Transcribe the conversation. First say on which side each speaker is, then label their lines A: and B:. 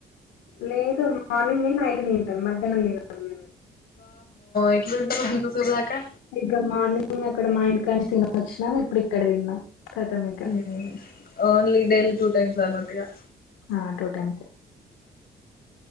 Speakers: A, on the left; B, on the left.
A: లేదు మార్నింగ్ నైట్ తింటాం మధ్యాహ్నం తింనం మే
B: ఎట్లు ఉంటుంది అంత సేపుదకా
A: ఇక మార్నింగ్ అక్కడ మా ఇంటి కంచి తినే వచ్చినాం ఎప్పుడు ఇక్కడ తిన్నాం కతం ఇక
B: మ్ ఓన్లీ డైలీ టూ టైం సాలనట్టుగా
A: ఆ టూ టైమ్స్